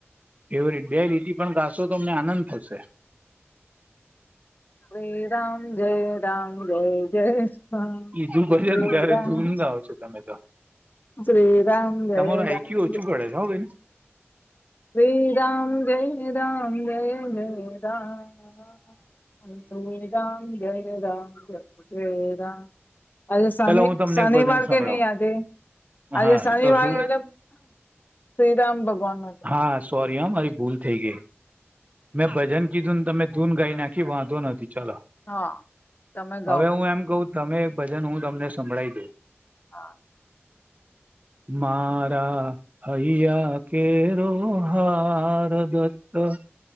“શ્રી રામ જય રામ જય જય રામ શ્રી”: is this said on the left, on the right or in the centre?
Left